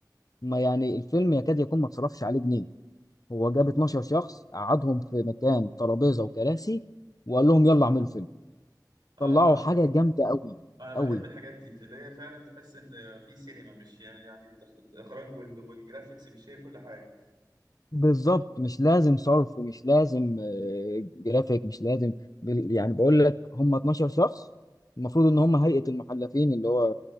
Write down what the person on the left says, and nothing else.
ما يعني الفيلم يكاد يكون ما اتصرفش عليه جنيه هو جاب 12 شخص قعدهم في مكان ترابيزه وكراسي وقال لهم يلا اعملوا فيلم طلعوا
حاجة جامدة أوي
أوي
بالظبط مش لازم صرف مش لازم آه، جرافيك مش لازم بال- يعني بقول لك هم 12 شخص المفروض إن هم هيئة المحلفين اللي هو